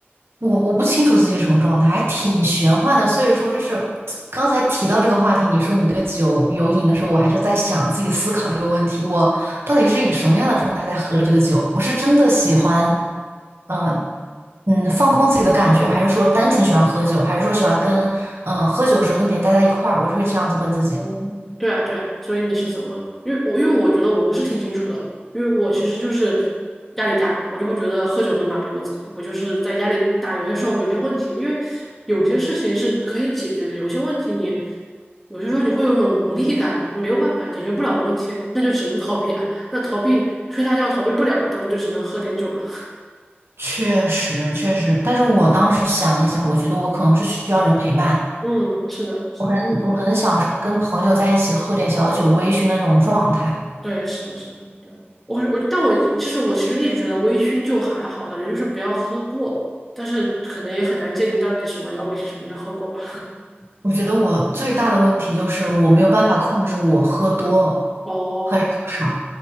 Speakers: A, on the right (about 80°); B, in the centre.
A: 我我不清楚自己是什么状态，还挺玄幻的。所以说，就是刚才提到这个话题，你说你对酒有瘾的时候，我还就在想自己思考这个问题，我到底是一个什么样的状态在喝这个酒？我是真的喜欢，嗯、嗯，放空自己的感觉，还是说单纯喜欢喝酒，还是说喜欢跟嗯、呃喝酒的时候跟别人待在一块儿？我就会这样子问自己。
B: 哦，对啊，对啊，所以你是怎么？因为我因为我觉得我是挺清楚的，因为我其实就是压力大，我就会觉得喝酒能麻痹我自己。我就是在压力大，有些时候有些问题，因为有些事情是可以解决的，有些问题你有些时候你会有种无力感嘛，没有办法解决不了的问题，那就只能逃避啊。那逃避睡大觉逃避不了，那不就只能喝点酒嘛？
A: 确实，确实，但是我当时想了一想，我觉得我可能是需要人陪伴。
B: <laughs> 嗯，是的，是的。
A: 我很我很享受跟朋友在一起喝点小酒微醺的那种状态。
B: 哦对，是的，是的，对，我是我，但我一就是我其实一直觉得微醺就还好，感觉就是不要喝过，但是可能也很难界定到底什么叫微醺，什么叫喝过吧。
A: 我觉得我最大的问题就是我没有办法控制我喝多
B: 哦
A: 还是喝少。